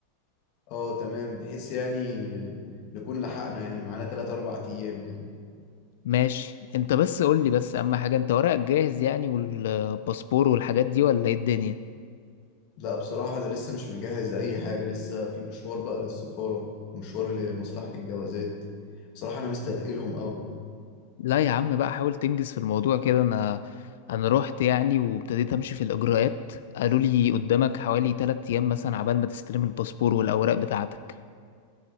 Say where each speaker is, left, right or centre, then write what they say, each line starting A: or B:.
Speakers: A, on the left; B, on the left.
A: اه تمام بحيث يعني نكون لحقنا يعني معانا 3 4 ايام كده
B: ماشي انت بس قول لي بس اهم حاجه انت ورقك جاهز يعني والباسبور والحاجات دي ولا ايه الدنيا
A: لا بصراحة ده لسه مش مجهز اي حاجة لسه في مشوار بقى للسفارة مشوار لمصلحة الجوازات بصراحة انا مستثقلهم قوي
B: لا يا عم بقى حاول تنجز في الموضوع كده انا انا رحت يعني وابتديت امشي في الاجراءات قالوا لي قدامك حوالي 3 ايام مثلا عبال ما تستلم الباسبور والاوراق بتاعتك